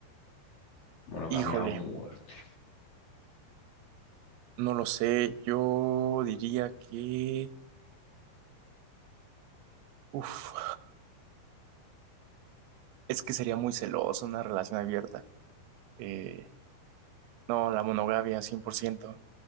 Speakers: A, on the left (about 55°); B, on the right (about 80°).
A: Monogamia
B: híjole,
A: a muerte.
B: no lo sé, yo diría que, uf, es que sería muy celoso una relación abierta. Eh, no, la monogamia, 100%.